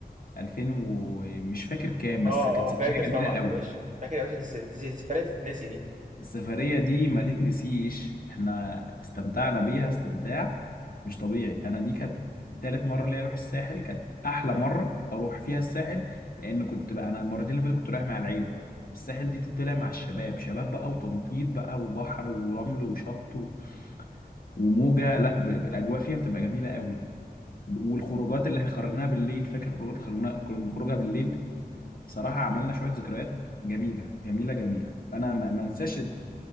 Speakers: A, on the left; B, on the right.
A: 2000 ومش فاكر كام بس
B: اه
A: كانت
B: اه
A: سفرية
B: فاكر طبعا
A: جميلة
B: يا
A: قوي
B: باشا فاكر يا باشا دي دي دي سفرية تتنسي دي
A: السفرية دي ما تتنسيش احنا استمتعنا بيها استمتاع مش طبيعي انا دي كانت تالت مرة ليا اروح الساحل كانت احلى مرة اروح فيها الساحل لان كنت بقى انا المرتين اللي فاتت كنت رايح مع العيلة الساحل دي تطلع مع الشباب شباب بقى وتنطيط بقى وبحر ورمل وشط و... وموجة لا ب... ب- الاجواء فيها بتبقى جميلة قوي والخروجات اللي خرجناها بالليل فاكر الخروجات اللي خرجناها كنا بنخرجها بالليل بصراحة عملنا شوية ذكريات جميلة جميلة جميلة انا ما ما انساش